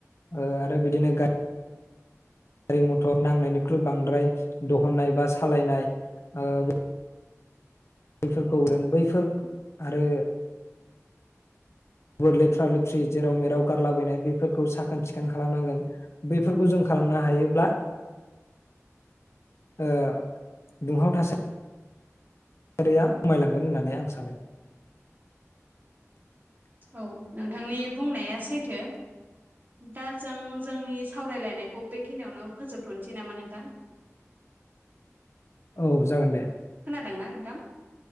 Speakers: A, on the left; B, on the right.
A: ओ आरो बिदिनो गा <unintelligible> रि मथर नांनायनिख्रुइ बांद्राय दहननाय बा सालायनाय ओ बैफोरखौ <unintelligible> बैफोर आरो बोर लेथ्रा लेथ्रि जेराव मेराव गारलाबायनाय बेफोरखौ साखोन सिखोन खालामनांगोन बेफोरखौ जों खालामनो हायोब्ला ओ दुंहाव थासा रिया मायलांगोन होननानै आं सानो।
B: औ नोंथांनि बुंनाया सैथो दा जों जोंनि सावरायलायनायखौ बेखिनियावनो फोजोबथनसै नामा नोंथां?
A: औ जागोन दे।
B: नादोंना नोंथां